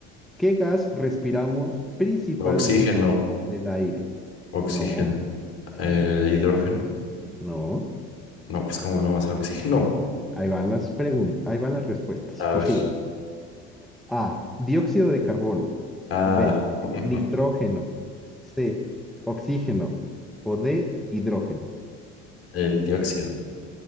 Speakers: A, in the centre; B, on the left (about 45°).
A: ¿Qué gas respiramos principalmente
B: Oxígeno,
A: del aire?
B: oxígeno.
A: No,
B: Eh, hidrógeno.
A: no.
B: No, pues cómo no va a ser oxígeno.
A: Ahí van las preguntas, ahí van las respuestas
B: A
A: posibles.
B: ver.
A: A. Dióxido de carbono.
B: Ah,
A: B.
B: <laughs>
A: Nitrógeno. C. Oxígeno. O D. Hidrógeno.
B: el dióxido.